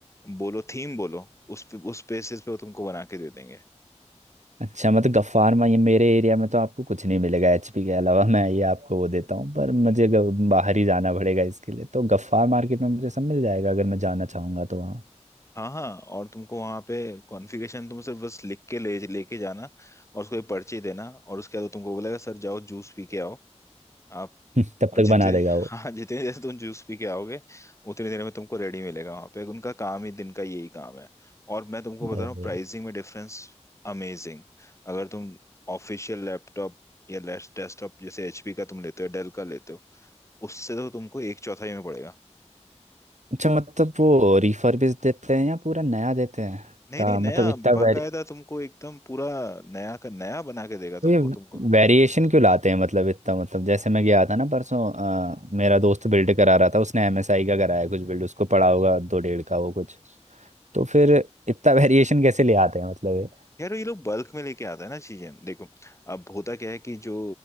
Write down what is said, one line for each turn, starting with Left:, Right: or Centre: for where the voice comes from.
Left: बोलो थीम बोलो उस पे उस बेसिस पे वो तुमको बना के दे देंगे
Right: अच्छा मतलब गफ्फार में ये मेरे एरिया में तो आपको कुछ नहीं मिलेगा एचपी के अलावा मैं ये आपको वो देता हूँ पर मुझे ग- बाहर ही जाना पड़ेगा इसके लिए तो गफ्फार मार्केट में मुझे सब मिल जाएगा अगर मैं जाना चाहूँगा तो वहाँ।
Left: हाँ हाँ और तुमको वहाँ पे कॉन्फ़िगरेशन तुम सिर्फ बस लिख के ले लेके जाना और उसको एक पर्ची देना और उसके बाद वो तुमको बोलेगा सर जाओ जूस पी के आओ आप
Right: <laughs> तब
Left: और
Right: तक
Left: जितने
Right: बना देगा वो
Left: हाँ जितनी देर तुम जूस पी के आओगे उतनी देर में तुमको रेडी मिलेगा वहां पे उनका काम ही दिन का यही काम है और मैं तुमको बता
Right: अरे,
Left: रहा हूँ प्राइसिंग में डिफरेंस अमेजिंग अगर तुम ऑफिशियल लैपटॉप या डेस्कटॉप जैसे एचपी का तुम लेते हो डेल का लेते हो उससे तो तुमको एक चौथाई में पड़ेगा
Right: अच्छा मतलब वो रिफर्बिश देते हैं या पूरा नया देते हैं
Left: नहीं
Right: ता
Left: नहीं नया
Right: मतलब इतना
Left: बाकायदा
Right: वेरी
Left: तुमको एकदम पूरा नया का नया बना के देगा
Right: तो
Left: तुमको
Right: ये
Left: तुमको
Right: वेरिएशन क्यों लाते हैं मतलब इतना मतलब जैसे मैं गया था ना परसों अ, मेरा दोस्त बिल्ड करा रहा था उसने एमएसआई का कराया कुछ बिल्ड उसको पड़ा होगा दो डेढ़ का वो कुछ तो फिर इतना वेरिएशन कैसे ले आते हैं मतलब ये
Left: यार ये लोग बल्क में लेके आता है ना चीजें देखो अब होता क्या है कि जो